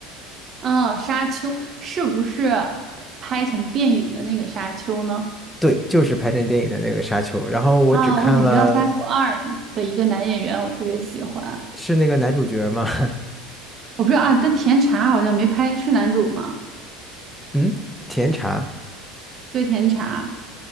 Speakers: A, on the right; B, in the centre.
A: 嗯，《沙丘》是不是拍成电影的那个《沙丘》呢？
B: 对，就是拍成电影的那个《沙丘》，然后我只看了
A: 啊，我只知道《沙丘二》的一个男演员，我特别喜欢。
B: 是那个男主角吗？<laughs>
A: 我不知道啊，但甜茶好像没拍，是男主吗？
B: 嗯，甜茶，
A: 对，甜茶，